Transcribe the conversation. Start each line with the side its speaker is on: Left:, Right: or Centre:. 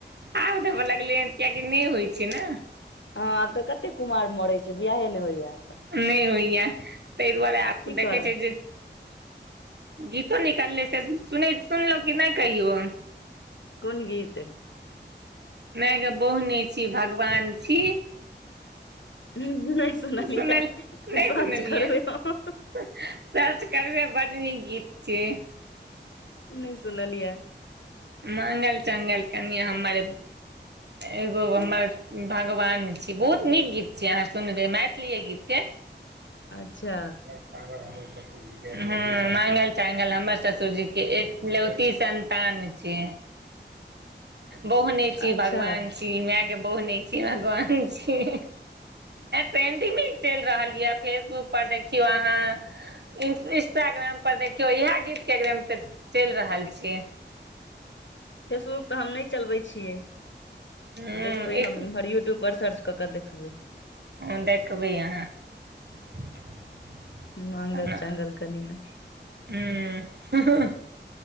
Right: आब धबऽ लगलै हन कियकि नहि होइ छै ने
Left: हँ आब तऽ कते कुमार मरे छै बियाहे ने होइया आब
Right: नहि होइया ताहि दुआरे
Left: तऽ
Right: आप
Left: की
Right: देखै
Left: करत
Right: छै जे गीतो निकालले से सु सुनलो क नहि कहियो
Left: कोन गीत
Right: मैाय ग बहु नेछी भगवान छी
Left: नहि सुनलियै
Right: सुनल नहि
Left: सर्च
Right: सुनलियऐ
Left: करबै हम
Right: सर्च करबे बड नीक गीत छिय
Left: नहि सुनलियिया
Right: मागल चङगल कनिया हमर एगो हमर भगवान छी बहुत नीक गीत छियै अहाँ सुनबै मैथिलीए गीत छियै
Left: अच्छा
Right: <unintelligible> ह मांगल चांगल हमर ससुरजी के एकलौती संतान छी बोहने
Left: अच्छा
Right: छी भगवान छी माय के बहु नहि छी भगवान छी पेंडिंग चलि रहल यए फेसबुक पर देखियौ अहाँ इ इंस्टाग्राम पर देखियौ इएह गीत के एकदम से चलि रहल छै
Left: फेसबुक तऽ हम नहि चलबै छियै
Right: हूँ
Left: तऽ देखबै
Right: एक
Left: हम एमहर यूट्यूब पर सर्च कऽ कऽ देखबै देखबै
Right: ह देखबै अहाँ
Left: मांगल
Right: <unintelligible>
Left: चांगल कनिया